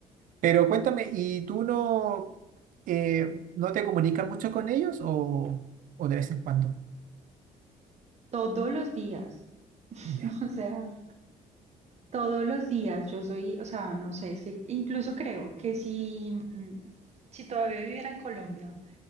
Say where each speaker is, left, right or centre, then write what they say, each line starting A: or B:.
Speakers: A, on the right (about 65°); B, on the right (about 50°).
A: Pero cuéntame, ¿y tú no, eh, no te comunicas mucho con ellos o, o de vez en cuando?
B: Todos los días,
A: Ya.
B: <laughs> o sea, todos los días yo soy, o sea, no sé, es que incluso creo que si, si todavía viviera en Colombia,